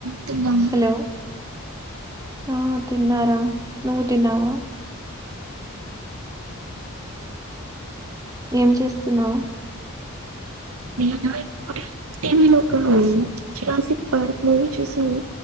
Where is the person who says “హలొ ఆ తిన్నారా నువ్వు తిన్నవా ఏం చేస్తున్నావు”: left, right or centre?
Right